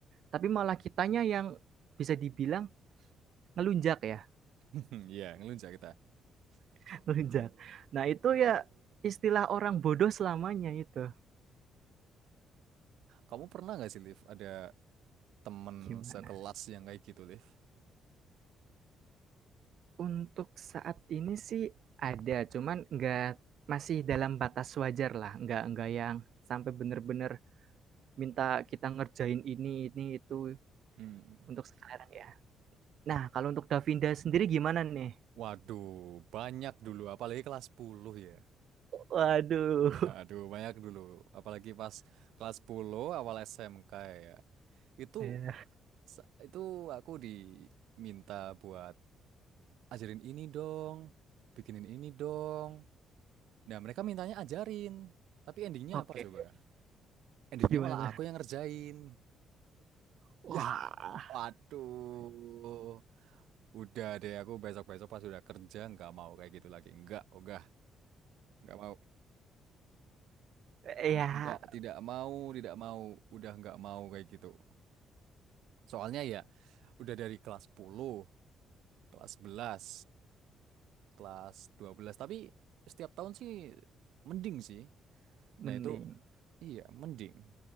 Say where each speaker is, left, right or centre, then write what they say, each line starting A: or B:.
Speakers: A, on the right; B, on the right.
A: tapi malah kitanya yang bisa dibilang ngelunjak ya,
B: <laughs> Iya, ngelunjak kita.
A: <laughs> ngelunjak. Nah itu ya istilah orang bodoh selamanya itu.
B: Kamu pernah nggak sih, Liv, ada temen
A: Gimana?
B: sekelas yang kayak gitu, Liv?
A: Untuk saat ini sih ada, cuman nggak masih dalam batas wajar lah, nggak nggak yang sampai bener-bener minta kita ngerjain ini ini itu
B: Hmm.
A: untuk sekarang ya. Nah kalau untuk Davinda sendiri gimana nih?
B: Waduh, banyak dulu, apalagi kelas 10 ya.
A: Waduh.
B: Waduh, banyak dulu. Apalagi pas kelas 10 awal SMK ya. Itu
A: Ya,
B: sa- itu aku diminta buat ajarin ini dong, bikinin ini dong. Nah, mereka mintanya ajarin. Tapi endingnya
A: Oke,
B: apa coba?
A: okay.
B: Endingnya
A: gimana?
B: malah aku yang ngerjain.
A: Wah,
B: Yah, waduh. Udah deh, aku besok-besok pas udah kerja nggak mau kayak gitu lagi. Nggak, udah, nggak mau.
A: ya
B: Tidak, tidak mau, tidak mau. Udah nggak mau kayak gitu. Soalnya ya udah dari kelas 10, kelas 11, kelas 12, tapi setiap tahun sih mending sih.
A: mending
B: Nah, itu iya, mending.